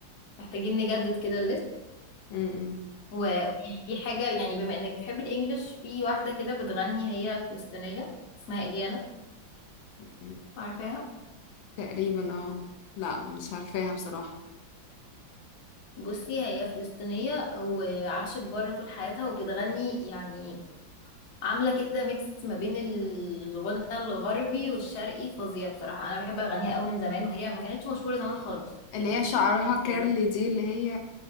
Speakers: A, on the left; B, on the left.
A: محتاجين نجدد كده الليست
B: م-
A: وفي حاجة يعني بما انك بتحبي الانجليش في واحدة كده بتغني هي فلسطينية اسمها اليانا
B: م.
A: عارفاها
B: تقريبا اه لا مش عارفاها بصراحه
A: بصي هي فلسطينية وعاشت بره طول حياتها وبتغني يعني عاملة كده ميكس ما بين الغنى الغربي والشرقي فظيع بصراحة أنا بحب أغانيها أوي من زمان وهي ما كانتش مشهورة زمان خالص
B: اللي
A: يعني
B: هي شعرها
A: كانت
B: كيرلي
A: بت...
B: دي اللي هي